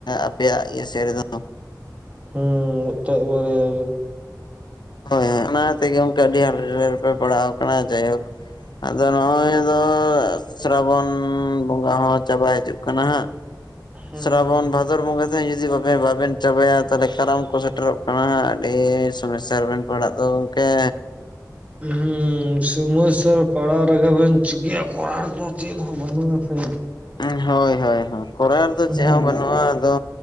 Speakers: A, on the left (about 85°); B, on the right (about 20°).
A: ᱟᱯᱮᱭᱟᱜ ᱤᱭᱟᱹ ᱥᱮᱫ ᱨᱮᱫᱚ,
B: ᱦᱩᱸ ᱢᱤᱫᱴᱮᱡ ᱵᱟᱨᱭᱟ ᱜᱮ᱾
A: ᱦᱳᱭ ᱦᱳᱭ ᱚᱱᱟ ᱛᱮᱜᱮ ᱜᱚᱝᱠᱮ ᱟᱹᱰᱤ ᱦᱟᱠᱮ ᱰᱟᱞᱮ ᱨᱮᱯᱮ ᱯᱟᱲᱟᱣ ᱟᱠᱟᱱᱟ ᱡᱟᱭᱦᱳᱠ ᱟᱫᱚ ᱱᱚᱜ-ᱚᱭ ᱟᱫᱚ ᱥᱨᱟᱵᱚᱱ ᱵᱚᱸᱜᱟ ᱦᱚᱸ ᱪᱟᱵᱟ ᱦᱤᱡᱩᱜ ᱠᱟᱱᱟ ᱦᱟᱸᱜ
B: ᱦᱮᱸ
A: ᱥᱨᱟᱵᱚᱱ
B: ᱦᱮᱸ
A: ᱵᱷᱟᱫᱚᱨ ᱵᱚᱸᱜᱟ ᱛᱮᱦᱮᱸ ᱡᱩᱫᱤ ᱵᱟᱵᱤᱱ ᱵᱟᱵᱮᱱ, ᱪᱟᱵᱟᱭᱟ ᱛᱟᱦᱚᱞᱮ ᱠᱟᱨᱟᱢ ᱠᱚ ᱥᱮᱴᱮᱨᱚᱜ ᱠᱟᱱᱟ ᱦᱟᱸᱜ ᱟᱹᱰᱤ ᱥᱚᱢᱚᱥᱥᱟ ᱨᱮᱵᱮᱱ ᱯᱟᱲᱟᱜ ᱫᱚ ᱜᱚᱝᱠᱮ,
B: ᱦᱩᱸ ᱥᱚᱢᱚᱥᱥᱟ ᱯᱟᱲᱟᱣ ᱨᱮᱜᱮ ᱵᱮᱱ ᱪᱤᱠᱟᱹᱭᱟ ᱠᱚᱨᱟᱣ ᱫᱚ ᱪᱮᱫ ᱦᱚᱸ ᱵᱟᱵᱩᱱ ᱟᱥᱮ,
A: ᱦᱮ ᱦᱳᱭ ᱦᱳᱭ ᱠᱚᱨᱟᱨ ᱫᱚ
B: ᱦᱩᱸ
A: ᱪᱮᱫ ᱦᱚᱸ ᱵᱟᱹᱱᱩᱜ-ᱟ ᱟᱫᱚ